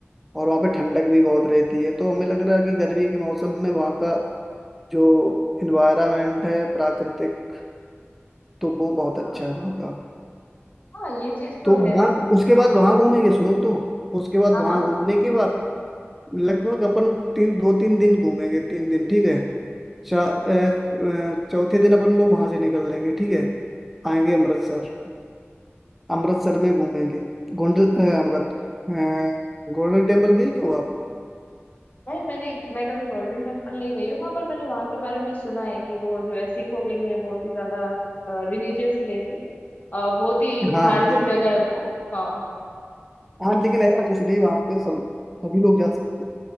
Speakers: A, in the centre; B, on the left.
A: और वहां पे ठंडक भी बहुत रहती है तो हमें लग रहा है कि गर्मी के मौसम में वहां का जो इन्वायरमेंट है प्राकृतिक तो वो बहुत
B: हाँ
A: अच्छा है वहां का
B: हाँ ये चीज तो
A: तो वहां
B: है
A: उसके बाद वहां घूमेंगे सुनो तो उसके बाद
B: हाँ
A: वहां
B: हाँ
A: घूमने के बाद लगभग अपन तीन दो तीन दिन घूमेंगे तीन दिन ठीक है चा- अ, अ, चौथे दिन अपन लोग वहां से निकल लेंगे ठीक है आएंगे अमृतसर अमृतसर में घूमेंगे गोल्डन अ, मतलब, अ, गोल्डन टेम्पल गई हो आप
B: भाई मैंने मैं कभी गोल्डन टेम्पल नहीं गई हूँ वहां पर मैंने वहां के बारे में सुना है कि वो जो है सिखों के लिए बहुत ही ज्यादा रिलीजियस प्लेस है अ, बहुत ही
A: हाँ
B: धार्मिक
A: यार
B: जगह है वो हाँ
A: हाँ लेकिन ऐसा कुछ नहीं वहाँ पे सब सभी लोग जा सकते